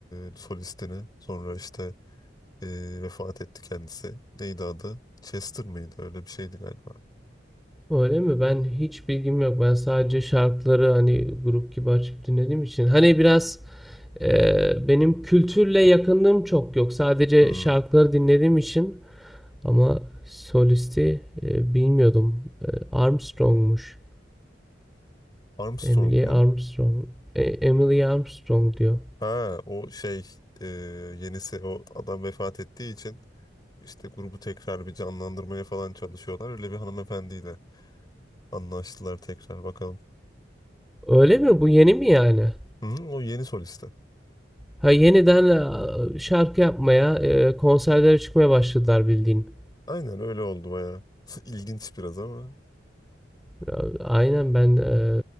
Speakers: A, on the left; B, in the centre.
A: e, solistini. Sonra işte e, vefat etti kendisi. Neydi adı? Chester mıydı? Öyle bir şeydi galiba.
B: Öyle mi? Ben hiç bilgim yok. Ben sadece şarkıları hani grup gibi açıp dinlediğim için. Hani biraz e, benim kültürle yakınlığım çok yok. Sadece
A: Hmm.
B: şarkıları dinlediğim için. Ama solisti e, bilmiyordum. E, Armstrong'muş.
A: Armstrong
B: Emily
A: mu?
B: Armstrong. E, Emily Armstrong diyor.
A: Ha o şey e, yenisi o adam vefat ettiği için işte grubu tekrar bir canlandırmaya falan çalışıyorlar. Öyle bir hanımefendiyle anlaştılar tekrar bakalım.
B: Öyle mi? Bu yeni mi yani?
A: Hı, o yeni solisti.
B: Ha yeniden e, şarkı yapmaya, e, konserlere çıkmaya başladılar bildiğin.
A: Aynen öyle oldu bayağı. <laughs> İlginç biraz ama.
B: Ya, Aynen ben e,